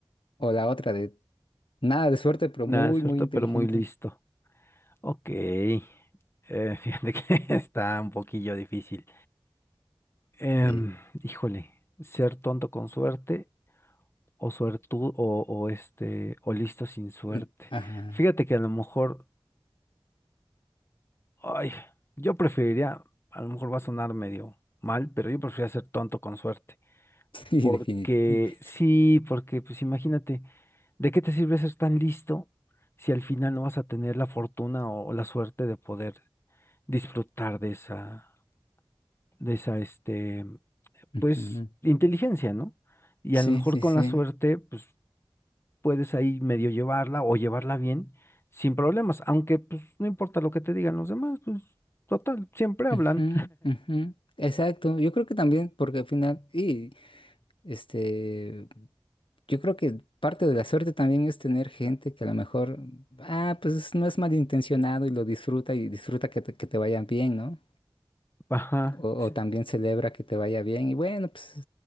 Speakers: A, on the left; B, on the left.
A: o la otra de nada de suerte, pero
B: Nada
A: muy,
B: de
A: muy inteligente.
B: pero muy listo. Ok. Eh, fíjate que <laughs> está un poquillo difícil. Em,
A: Sí.
B: híjole, ser tonto con suerte o suertud o, o este, o listo sin suerte.
A: sí, Ajá.
B: Fíjate que a lo mejor, ay, yo preferiría, a lo mejor va a sonar medio mal, pero yo preferiría ser tonto con suerte.
A: <laughs> Sí,
B: Porque
A: definitivamente.
B: sí, porque pues imagínate, ¿de qué te sirve ser tan listo si al final no vas a tener la fortuna o, la suerte de poder disfrutar de esa, de esa, este,
A: Sí,
B: pues,
A: ujú.
B: inteligencia, ¿no? Y
A: Sí,
B: a lo mejor
A: sí,
B: con
A: sí.
B: la suerte, pues, puedes ahí medio llevarla o llevarla bien sin problemas, aunque pues no importa lo que te digan los demás, pues, total, siempre hablan.
A: Ujú, ujú. Exacto, yo creo que también, porque al final, y este, yo creo que parte de la suerte también es tener gente que a lo mejor, ah, pues no es malintencionado y lo disfruta y disfruta que te, que te vayan bien, ¿no?
B: <laughs> Ajá.
A: O,
B: sí.
A: o también celebra que te vaya bien y bueno, pues